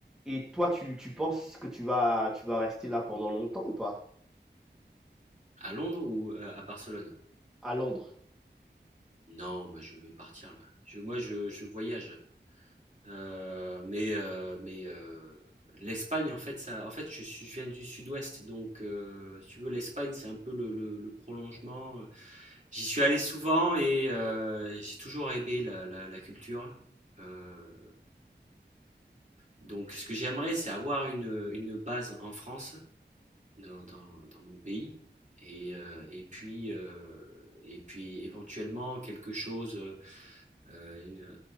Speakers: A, in the centre; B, on the right.
A: et toi, tu, tu penses que tu vas, tu vas rester là pendant longtemps ou pas?
B: À Londres ou, heu, à Barcelone?
A: À Londres.
B: Non, moi, je vais partir là. Je moi, je je voyage, heu, mais heu, mais heu, l'Espagne, en fait, ça en fait, je suis je viens du sud-ouest, donc heu, si tu veux, l'Espagne, c'est un peu le le le prolongement, j'y suis allé souvent et heu, j'ai toujours aimé la la la culture, heu donc ce que j'aimerais, c'est avoir une, une base en France dans, dans, dans mon pays. Et, euh, et, puis, euh, et puis éventuellement quelque chose, euh, euh,